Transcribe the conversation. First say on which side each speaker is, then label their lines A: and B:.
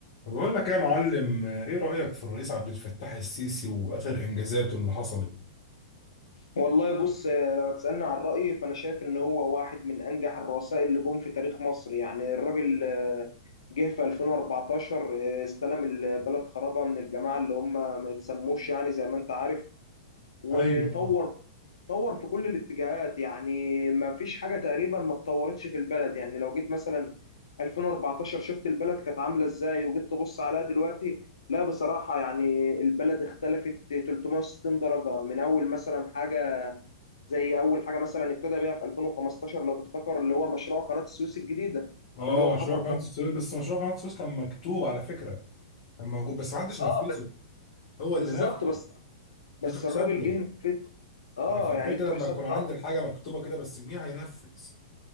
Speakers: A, on the left (about 45°); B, on the left (about 70°).
A: بقول لك يا معلم ايه رأيك في الرئيس عبد الفتاح السيسي واخر انجازاته اللي حصلت
B: والله بص آه، لو تسألني عن رأيي فأنا شايف إن هو واحد من أنجح الرؤساء اللي جم في تاريخ مصر يعني الراجل آه، جه في 2014 آه، استلم البلد خرابة من الجماعة اللي هم ما يتسموش يعني زي ما أنت عارف وطور
A: ايوه
B: طور في كل الاتجاهات يعني ما فيش حاجة تقريبا ما اتطورتش في البلد يعني لو جيت مثلا 2014 شفت البلد كانت عاملة ازاي وجيت تبص عليها دلوقتي لا بصراحة يعني البلد اختلفت 360 درجة من أول مثلا حاجة زي اول حاجه مثلا ابتدى بيها في 2015 لو تفتكر اللي هو مشروع قناه السويس الجديده
A: اه
B: ان هو حفر
A: مشروع قناة
B: قناه
A: السويس بس مشروع قناة السويس كان مكتوب على فكرة كان موجود بس محدش
B: اه
A: نفذه
B: بس
A: هو
B: بالظبط
A: اللي نفذ
B: بس
A: دي
B: بس
A: تحسب
B: الراجل
A: له
B: جه نفذ اه
A: انا فرحتي
B: يعني دي تحسب
A: لما يكون
B: له
A: عندي
B: أوي.
A: الحاجة مكتوبة كده بس مين هينفذ